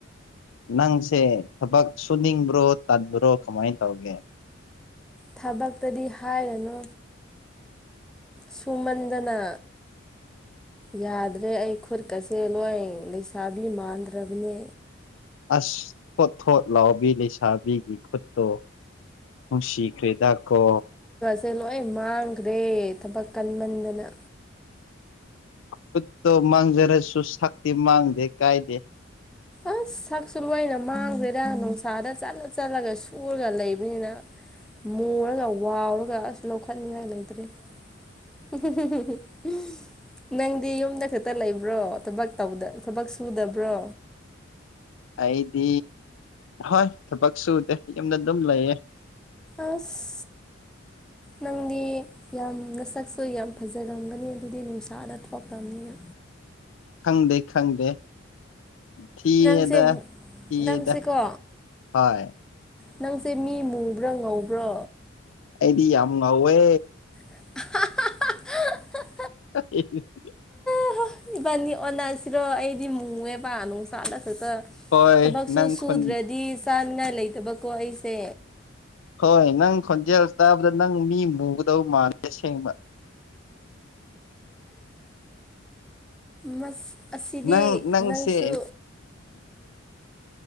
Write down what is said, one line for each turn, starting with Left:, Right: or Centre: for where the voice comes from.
Left: ꯅꯪꯁꯦ ꯊꯕꯛ ꯁꯨꯅꯤꯡꯕ꯭ꯔꯣ ꯇꯟꯕ꯭ꯔꯣ ꯀꯃꯥꯏ ꯇꯧꯒꯦ
Centre: ꯊꯕꯛꯇꯗꯤ ꯍꯥꯏꯔꯅꯨ ꯁꯨꯃꯟꯗꯅ ꯌꯥꯗ꯭ꯔꯦ ꯑꯩ ꯈꯨꯠꯀꯁꯦ ꯂꯣꯏ ꯂꯩꯁꯥꯕꯤ ꯃꯥꯟꯗ꯭ꯔꯕꯅꯦ
Left: ꯁꯤ ꯊꯣꯠ ꯊꯣꯠ ꯂꯥꯎꯕꯤ ꯂꯩꯁꯥꯕꯤꯒꯤ ꯈꯨꯠꯇꯣ ꯅꯨꯡꯁꯤꯈ꯭ꯔꯦꯗ ꯀꯣ
Centre: ꯁꯦ ꯂꯣꯏ ꯃꯥꯡꯒ꯭ꯔꯦ ꯊꯕꯛ ꯀꯟꯃꯟꯗꯅ
Left: ꯈꯨꯠꯇꯣ ꯃꯥꯡꯖꯔꯁꯨ ꯁꯛꯇꯤ ꯃꯥꯡꯗꯦ ꯀꯥꯏꯗꯦ
Centre: ꯑꯁ ꯁꯛꯁꯨ ꯂꯣꯏꯅ ꯃꯥꯡꯒ꯭ꯔꯦꯗ ꯅꯨꯡꯁꯥꯗ ꯆꯠꯂ ꯆꯠꯂꯒ ꯁꯨꯔꯒ ꯂꯩꯕꯅꯤꯅ ꯃꯨꯔꯒ ꯋꯥꯎꯔꯒ ꯑꯁ ꯂꯧꯈꯠꯅꯤꯡꯉꯥꯏ ꯂꯩꯇ꯭ꯔꯦ <unintelligible> ꯅꯪꯗꯤ ꯌꯨꯝꯗ ꯈꯛꯇ ꯂꯩꯕ꯭ꯔꯣ ꯊꯕꯛ ꯇꯧꯕꯗ ꯊꯕꯛ ꯁꯨꯗꯕ꯭ꯔꯣ
Left: ꯑꯩꯗꯤ ꯍꯣꯏ ꯊꯕꯛ ꯁꯨꯗꯦ ꯌꯨꯝꯗ ꯑꯗꯨꯝ ꯂꯩꯌꯦ
Centre: ꯑꯁ ꯅꯪꯗꯤ ꯌꯥꯝ ꯅꯁꯛꯁꯨ ꯌꯥꯝ ꯐꯖꯔꯝꯒꯅꯤ ꯑꯗꯨꯗꯤ ꯅꯨꯡꯁꯥꯗ ꯊꯣꯛꯇꯕꯅꯤꯅ
Left: ꯈꯪꯗꯦ ꯈꯪꯗꯦ ꯊꯤꯌ‌ꯦꯗ
Centre: ꯅꯪꯁꯦ
Left: ꯊꯤꯌꯦꯗ
Centre: ꯅꯪꯁꯦꯀꯣ
Left: ꯍꫭꯏ
Centre: ꯅꯪꯁꯦ ꯃꯤ ꯃꯨꯕ꯭ꯔꯥ ꯉꯧꯕ꯭ꯔꯣ
Left: ꯑꯩꯗꯤ ꯌꯥꯝ ꯉꯧꯋꯦ
Centre: ꯑꯍꯥ ꯍꯥ ꯍꯥ
Left: ꯦ <unintelligible>
Centre: ꯑꯣꯍꯣ ꯏꯕꯥꯅꯤ ꯑꯣꯟꯅꯁꯤꯔꯣ ꯑꯩꯗꯤ ꯃꯨꯋꯦꯕ ꯅꯨꯡꯁꯥꯗ ꯊꯇ
Left: ꯍꯣꯏ
Centre: ꯊꯕꯛꯁꯨ
Left: ꯅꯪ
Centre: ꯁꯨꯗ꯭ꯔꯗꯤ
Left: ꯈꯣꯟ
Centre: ꯆꯥꯅꯤꯡꯉꯥꯏ ꯂꯩꯇꯕꯀꯣ ꯑꯩꯁꯦ
Left: ꯍꯣꯏ ꯅꯪ ꯈꯣꯟꯖꯦꯜ ꯇꯥꯕꯗ ꯅꯪ ꯃꯤ ꯃꯨꯒꯗꯧ ꯃꯥꯂꯦ ꯑꯁꯦꯡꯕ <inaudible>
Centre: ꯃꯁ ꯑꯁꯤꯗꯤ
Left: ꯅꯪ ꯅꯪꯁꯦ
Centre: ꯅꯪꯁꯨ